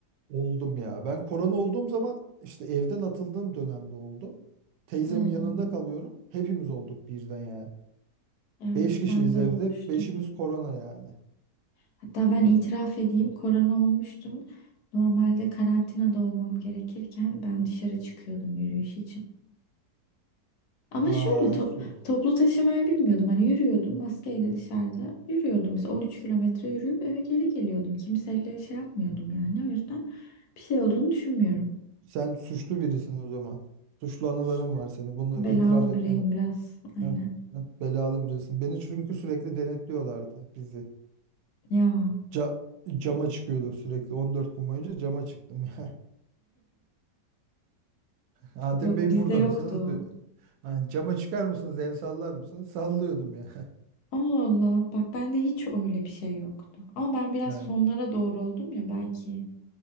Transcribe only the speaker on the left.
Hmm.
Evet,
ben de
olmuştum.
Hatta ben itiraf edeyim, korona olmuştum. Normalde karantinada olmam gerekirken ben dışarı çıkıyordum yürüyüş için. Ama
şöyle top-
toplu taşımaya binmiyordum. Hani yürüyordum maskeyle dışarıda. Yürüyordum mesela 13 kilometre yürüyüp eve geri geliyordum. Kimseyle şey yapmıyordum yani. O yüzden bir şey olduğunu düşünmüyorum.
İşte
belalı
bireyim biraz. Aynen.
Ya
yok
bizde
yoktu
o.
Allah Allah. Bak bende hiç öyle bir şey yoktu. Ama ben biraz
sonlara doğru oldum ya belki